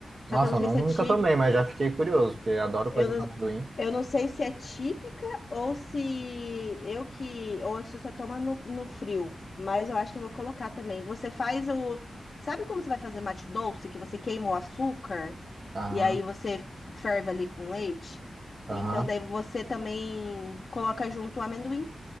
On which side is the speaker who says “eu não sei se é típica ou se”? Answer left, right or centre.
Left